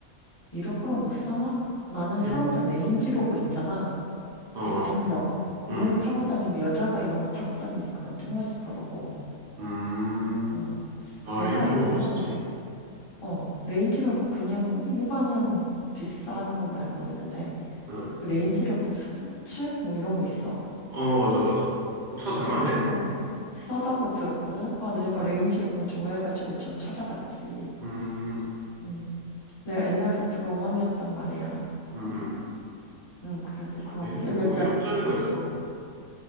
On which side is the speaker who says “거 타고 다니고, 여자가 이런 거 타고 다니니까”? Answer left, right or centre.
Left